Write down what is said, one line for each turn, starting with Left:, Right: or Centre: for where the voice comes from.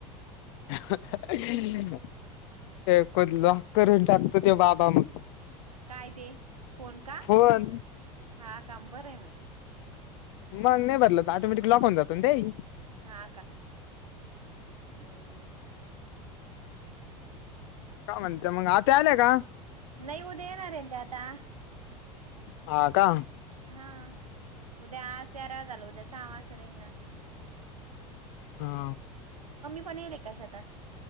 Left: हे <unintelligible> करून टाकतो ते बाबा मग
Right: काय ते फोन का?
Left: फोन
Right: हा काम बरं आहे मग.
Left: मग नाही बरलं तर ऑटोमॅटिक लॉक होऊन जातो ना ते.
Right: हा का हम्
Left: काय म्हणते मग आता आल्या का?
Right: नाही उद्या येणार आहे ते आता.
Left: हा का
Right: हा उद्या आज तेरा झालं उद्या सहावा निघणार.
Left: हा
Right: पण गेलाय का शेतात.